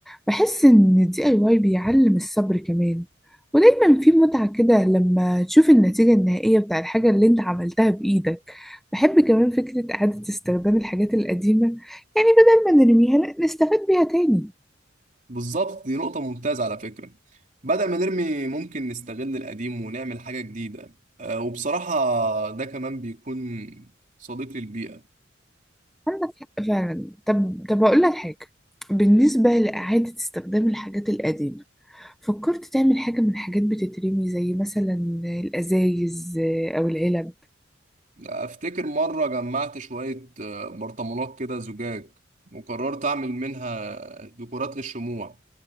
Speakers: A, in the centre; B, on the right (about 40°).
A: بحس إن الدي اي واي بيعلم الصبر كمان ودايما في متعة كده لما تشوف النتيجة النهائية بتاع الحاجة اللي انت عملتها بإيدك بحب كمان فكرة إعادة استخدام الحاجات القديمة يعني بدل ما نرميها لأ نستفاد بيها تاني
B: بالظبط دي نقطة ممتازة على فكرة بدل ما نرمي ممكن نستغل القديم ونعمل حاجة جديدة آه، وبصراحة ده كمان بيكون صديق للبيئة
A: عندك حق فعلا طب طب أقول لك حاجة بالنسبة لإعادة استخدام الحاجات القديمة فكرت تعمل حاجة من حاجات بتترمي زي مثلا الأزايز آه، أو العلب
B: أفتكر مرة جمعت شوية آه، برطمانات كده زجاج وقررت أعمل منها ديكورات للشموع